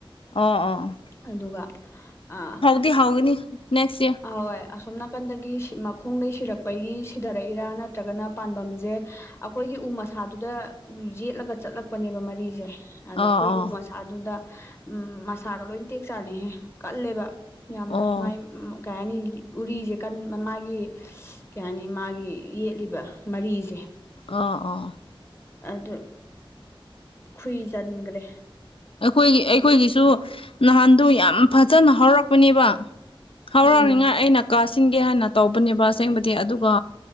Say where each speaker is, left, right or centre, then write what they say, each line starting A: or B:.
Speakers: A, on the left; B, on the left.
A: ꯑꯣ ꯑꯣ
B: ꯑꯗꯨꯒ ꯑ
A: ꯗꯤ ꯍꯥꯎꯒꯅꯤ ꯅꯦꯛꯁ ꯏꯔ
B: ꯑꯍꯣꯏ ꯑꯁꯣꯝ ꯅꯥꯀꯟꯗꯒꯤ ꯁꯤ ꯃꯈꯣꯡꯗꯒꯤ ꯁꯤꯔꯛꯄꯒꯤ ꯁꯤꯗꯔꯛꯏꯔꯥ ꯅꯠꯇ꯭ꯔꯒꯅ ꯄꯥꯟꯕꯝꯖꯦ ꯑꯈꯣꯏꯒꯤ ꯎ ꯃꯁꯥꯗꯨꯗ ꯌꯦꯠꯂꯒ ꯆꯠꯂꯛꯄꯅꯦꯕ ꯃꯔꯤꯁꯦ ꯑꯗꯣ
A: ꯑꯣ
B: ꯑꯩꯈꯣꯏ ꯎ ꯃꯁꯥꯗꯨꯗ ꯎꯝ ꯃꯁꯥꯒ ꯂꯣꯏ ꯇꯦꯛ ꯆꯥꯅꯤꯍꯦ ꯀꯜꯂꯦꯕ ꯌꯥꯝꯅ
A: ꯑꯣ
B: ꯃꯥꯏ
A: ꯑꯣ
B: ꯀꯩ ꯍꯥꯏꯅꯤ ꯎꯔꯤꯁꯦ ꯀꯟꯕ ꯃꯥꯒꯤ ꯀꯩ ꯍꯥꯏꯅꯤ ꯃꯥꯒꯤ ꯌꯦꯠꯂꯤꯕ ꯃꯔꯤꯁꯦ
A: ꯑ ꯑꯣ
B: ꯑꯗꯨ ꯈꯨꯏꯖꯟꯒ꯭ꯔꯦ
A: ꯑꯩꯈꯣꯏꯒꯤ ꯑꯩꯈꯣꯏꯒꯤꯁꯨ ꯅꯍꯥꯟꯗꯣ ꯌꯥꯝ ꯐꯖꯅ ꯍꯧꯔꯛꯄꯅꯦꯕ ꯍꯧꯔꯥꯎꫪꯤꯉꯥꯏ
B: ꯎꯝ
A: ꯑꯩꯅ ꯀꯥꯁꯤꯟꯒꯦ ꯍꯥꯏꯅ ꯇꯧꯕꯅꯦꯕ ꯑꯁꯦꯡꯕꯗꯤ ꯑꯗꯨꯒ